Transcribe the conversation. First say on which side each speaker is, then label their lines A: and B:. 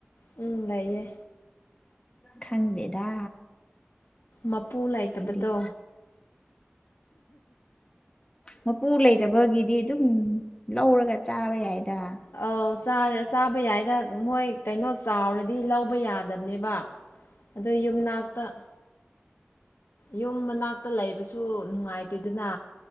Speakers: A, on the left; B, on the left.
A: ꯎꯝ ꯂꯩꯌꯦ
B: ꯈꯪꯗꯦꯗ
A: ꯃꯄꯨ ꯂꯩꯇꯕꯗꯣ
B: ꯑꯩꯗꯤ ꯃꯄꯨ ꯂꯩꯇꯕꯒꯤꯗꯤ ꯑꯗꯨꯝ ꯂꯧꯔꯒ ꯆꯥꯕ ꯌꯥꯏꯗ
A: ꯑ ꯆꯥꯕ ꯌꯥꯏꯗ ꯃꯣꯏ ꯀꯩꯅꯣ ꯆꯥꯎꯔꯗꯤ ꯂꯧꯕ ꯌꯥꯗꯕꯅꯦꯕ ꯑꯗꯣ ꯌꯨꯝꯅꯥꯛꯇ ꯌꯨꯝ ꯃꯅꯥꯛꯇ ꯂꯩꯕꯁꯨ ꯅꯨꯡꯉꯥꯏꯇꯦꯗꯅ